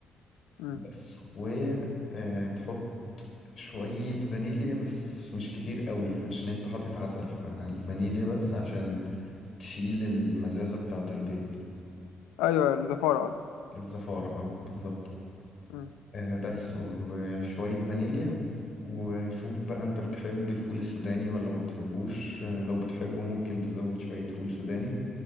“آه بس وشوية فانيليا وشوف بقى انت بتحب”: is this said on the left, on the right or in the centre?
Left